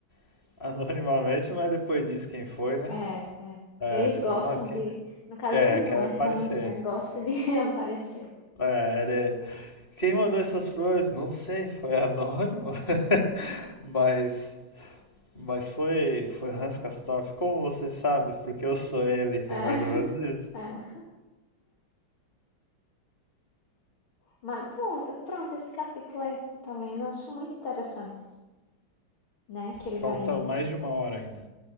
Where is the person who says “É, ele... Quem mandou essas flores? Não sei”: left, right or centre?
Left